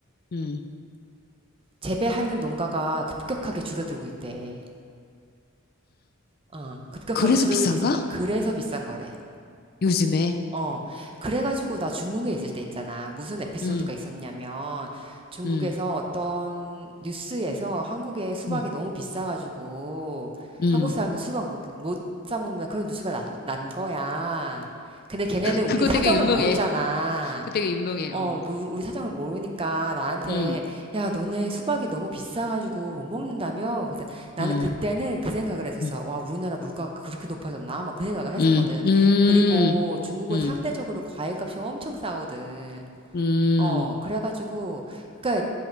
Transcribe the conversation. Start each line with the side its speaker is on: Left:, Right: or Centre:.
Left: 음.
Right: 재배하는 농가가 급격하게 줄어들고 있대. 어, 급격하게
Left: 그래서
Right: 줄어들고
Left: 비싼가?
Right: 있어서 그래서 비싼 거래.
Left: 요즘에.
Right: 어, 그래가지고 나 중국에 있을 때 있잖아. 무슨 에피소드가
Left: 음,
Right: 있었냐면 중국에서
Left: 음,
Right: 어떤 뉴스에서 한국의 수박이
Left: 음,
Right: 너무 비싸가지고
Left: 음.
Right: 한국 사람들 수박 못, 못 사먹는다 그런 뉴스가 나- 난 거야. 근데 걔네는 우리
Left: 그거
Right: 사정을
Left: 되게 유명해.
Right: 모르잖아.
Left: 그거 되게 유명해.
Right: 어,
Left: 어,
Right: 뭐 우리 사정을 모르니까 나한테,
Left: 음,
Right: 야, 너네 수박이 너무 비싸가지고 못 먹는다며? 그래서 나는
Left: 음,
Right: 그때는 그 생각을 했었어.
Left: 음,
Right: 와, 우리나라 물가가 그렇게 높아졌나? 막 그 생각을 했었거든.
Left: 음, 음.
Right: 그리고 중국은
Left: 음,
Right: 상대적으로 과일값이 엄청 싸거든.
Left: 음,
Right: 어, 그래가지고, 그니까,